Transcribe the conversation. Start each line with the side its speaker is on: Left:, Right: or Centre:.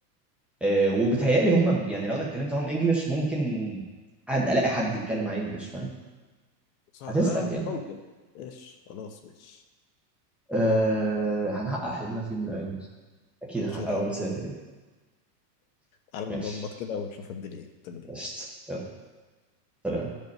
Centre: آه، وبتهيألي هم يعني لو انا اتكلمت معاهم انجلش ممكن حد الاقي حد يتكلم معايا انجلش فاهم
Left: صح
Centre: هتسلك
Left: اه
Centre: يعني
Left: ممكن ايش خلاص مش
Centre: أه... هنحقق حلمنا في يوم من الايام اكيد
Left: ان
Centre: هنحققه
Left: شاء الله
Centre: ونسافر يعني
Left: تعالى
Centre: ماشي
Left: نظبط كده ونشوف الدنيا تمام
Centre: قشطة يلا سلام